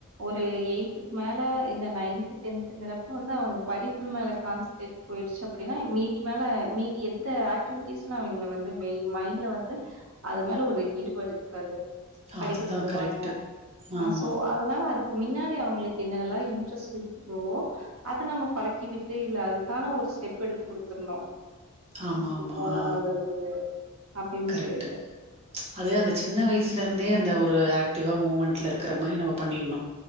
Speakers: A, on the right; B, on the right.
A: ஒரு எயித்துக் மேல இத நைன்த்து டென்த் ட்டுங்கிறப்ப வந்து அவுங்க படிப்புல மேல கான்சன்ட்ரேட் போயிடுச்சு அப்டினா மீதி மேல மீதி எந்த ஆக்டிவிட் ட்டீஸ்லா அவிங்ள வந்து மெய் மைண்ட்ல வந்து அது மேல ஒரு ஈடுபாடு இருக்காது படிக்க
B: அதுதான்
A: சொல்லுவாங்க
B: கரெக்ட்டு
A: அ
B: ஆமா
A: சோ அதனால அதுக் கு மின்னாடி அவுங்ளுக்கு என்னனெல்லா இன்ட்ரெஸ்ட் இருக்குத் சோ அத நம்ம பழக்கி விட்டு இல்ல அதுக்கான ஒரு ஸ்டெப் எடுத்து குடுத்துர்னு
B: ஆமா
A: இது
B: ஆமா
A: போனா
B: ஆ
A: நல்லது அப்டின்
B: கரெக்ட்
A: சொல்லிட்டு
B: அது அந்த சின்ன வயசுல இருந்தே அந்த ஒரு ஆக்டிவா மூமெண்ட்ல இருக்கிற மாரி நம்ம பண்ணிடணு